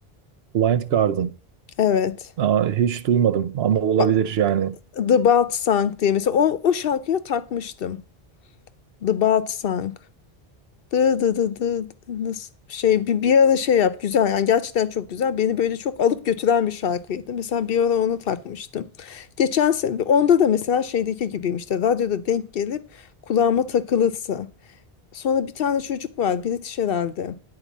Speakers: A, on the right; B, on the left.
A: Blind Garden.
B: Evet.
A: Aa, hiç duymadım ama olabilir
B: Ba-
A: yani.
B: The Bat Sang diye mesela o, o şarkıya takmıştım. The Bat Sang. Dı dı dı dı dı- nasıl şey bir, bir ara şey yap güzel yani gerçekten çok güzel beni böyle çok alıp götüren bir şarkıydı mesela bir ara onu takmıştım geçen sene onda da mesela şeydeki gibiyim işte radyoda denk gelip kulağıma takılırsa sonra bir tane çocuk var British herhalde